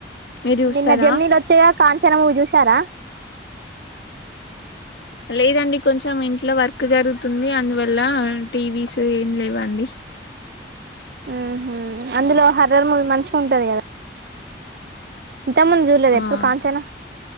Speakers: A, on the left (about 75°); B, on the right (about 60°).
A: మీరు చూస్తారా
B: నిన్న జమ్నీలు వచ్చాయా కాంచన నువ్వు చూసారా
A: లేదండి కొంచెం ఇంట్లో వర్క్ జరుగుతుంది అందువల్ల టీవీస్ ఏమి లేవండి
B: ఆహా అందులో హర్రర్ మూవీ మంచిగా ఉంటుంది దిగద ఇంతమంది చూడలేదు
A: ఆ
B: ఎప్పుడు కాంచానా